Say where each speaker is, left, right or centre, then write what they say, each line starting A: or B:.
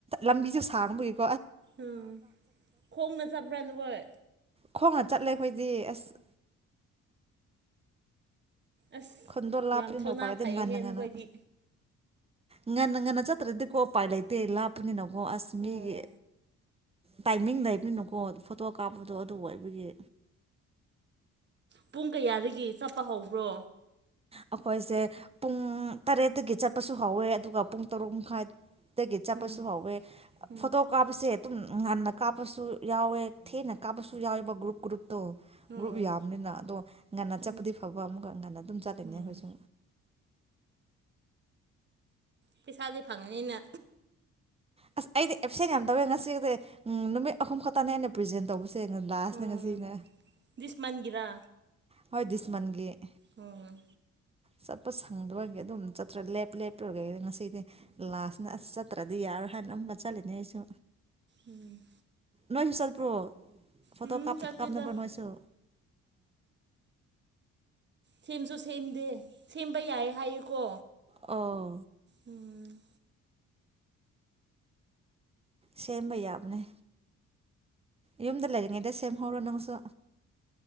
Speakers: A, on the right; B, on the right.
A: ꯂꯝꯕꯤꯁꯨ ꯁꯥꯡꯅꯕ
B: ꯎꯝ ꯈꯣꯡꯅ ꯆꯠꯄ꯭ꯔꯥ ꯅ ꯍꯣꯏ
A: ꯈꯣꯡꯉꯒ ꯆꯠꯂꯦ ꯑꯩꯈꯣꯏ ꯔ ꯑꯁ
B: ꯑꯁ
A: ꯈꯨꯟꯗꯣ ꯂꯥꯞꯄꯅꯤꯅ
B: ꯌꯥꯝ ꯊꯧꯅꯥ
A: ꯎꯄꯥꯏ ꯂꯩꯇꯦ
B: ꯐꯩꯌꯦ
A: ꯉꯟꯅ
B: ꯍꯦꯟꯅꯈꯣꯏꯗꯤ
A: ꯉꯟꯅ ꯉꯟꯅ ꯉꯟꯅ ꯆꯠꯇ꯭ꯔꯗꯤ ꯀꯣ ꯎꯄꯥꯏ ꯂꯩꯇꯦ ꯏ ꯂꯞꯅꯤꯅ ꯑꯣ ꯑꯁ ꯃꯤꯒꯤ
B: ꯑꯣ
A: ꯇꯥꯏꯃꯤꯡꯗ ꯂꯩꯕꯤꯅꯨꯀꯣ ꯐꯣꯇꯣ ꯀꯥꯞꯄꯗꯣ ꯑꯗꯨ ꯑꯣꯏꯕꯒꯤ
B: ꯄꯨꯡ ꯀꯌꯥꯗꯒꯤ ꯆꯠꯄ ꯍꯧꯕ꯭ꯔꯣ
A: ꯑꯩꯈꯣꯏꯁꯦ ꯄꯨꯡ ꯇꯔꯦꯠꯇꯒꯤ ꯆꯠꯄꯁꯨ ꯍꯧꯋꯦ ꯑꯗꯨꯒ ꯄꯨꯡ ꯇꯔꯨꯛ ꯃꯈꯥꯏ ꯇꯒꯤ ꯆꯠꯄꯁꯨ
B: ꯎꯝ
A: ꯍꯧꯥꯎꯋꯦ
B: ꯎꯝ
A: ꯐꯣꯇꯣ ꯀꯥꯞꯄꯁꯦ ꯑꯗꯨꯝ ꯉꯟꯅ ꯀꯥꯞꯄꯁꯨ ꯌꯥꯎꯋꯦ ꯊꯦꯡꯅ ꯀꯥꯞꯄꯁꯨ ꯌꯥꯎꯋꯦꯕ ꯒ꯭ꯔꯨꯞ ꯒ꯭ꯔꯨꯞ ꯑꯣ
B: ꯑꯣ
A: ꯒ꯭ꯔꯨꯞ ꯌꯥꯕꯅꯤꯅ ꯑꯗꯣ ꯉꯟꯅ ꯆꯠꯄꯗꯤ
B: ꯎꯝ
A: ꯐꯕ ꯑꯃꯀ ꯉꯟꯅꯠ ꯑꯗꯨꯝ ꯆꯥꯂꯅꯦ
B: ꯎꯝ
A: ꯑꯩꯈꯣꯏꯁꯨ
B: ꯄꯩꯁꯥꯗꯤ ꯐꯪꯉꯅꯤꯅ
A: ꯑꯁ ꯑꯩꯗꯤ ꯑꯦꯞꯁꯦꯟ ꯌꯥꯝ ꯇꯧꯋꯦ ꯉꯁꯤꯗꯤ ꯎꯝ ꯅꯨꯃꯤꯠꯍꯨꯝ ꯈꯛꯇꯅꯦꯅꯦ ꯄ꯭ꯔꯦꯖꯦꯟ ꯇꯧꯕꯁꯦ ꯂꯥꯁꯅꯦ
B: ꯑꯣ
A: ꯉꯁꯤꯅ
B: ꯁ ꯃꯥꯟꯒꯔꯥ
A: ꯍꯣꯏꯗꯁꯃꯟꯦ
B: ꯑꯣ
A: ꯆꯠꯄ ꯁꯪꯗꯒꯤ ꯑꯗꯨꯝ ꯆꯠꯇ꯭ꯔ ꯂꯦꯞ ꯂꯦꯞꯄꯨꯔꯒ ꯉꯁꯤꯗꯤ ꯂꯥꯁꯅ ꯑꯁ ꯆꯠꯇ꯭ꯔꯗꯤ ꯌꯥꯔꯣꯏ ꯍꯥꯏꯅ ꯑꯃꯨꯛꯀ ꯆꯠꯂꯤꯅꯦ ꯑꯩꯁꯨ
B: ꯎꯝ
A: ꯅꯣꯏꯁꯨꯁꯠ ꯄ꯭ꯔꯣ ꯐꯇꯣ
B: ꯎꯝ
A: ꯀꯥꯞ
B: ꯆꯠꯇꯦꯗ
A: ꯀꯥ ꯅꯕ ꯥꯏꯁꯨ
B: ꯁꯦꯝꯁꯨ ꯁꯦꯝꯗꯦ ꯁꯦꯝꯕ ꯌꯥꯏ ꯍꯥꯏꯌꯦꯀꯣ
A: ꯑꯥ
B: ꯎꯝ
A: ꯁꯦꯝꯕ ꯌꯥꯕꯅꯦ ꯌꯨꯝꯗ ꯂꯩꯔꯤꯉꯩꯗ ꯁꯦꯝꯍꯧꯔꯣ ꯅꯪꯁꯨ